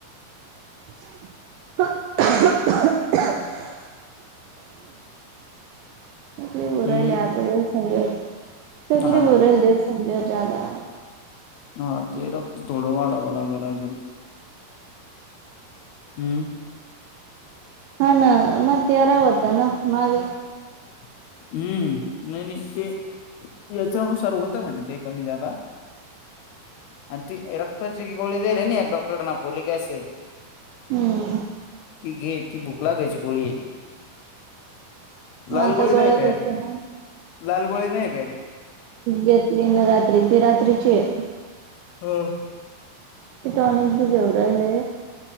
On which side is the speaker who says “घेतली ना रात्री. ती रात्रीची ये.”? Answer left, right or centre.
Right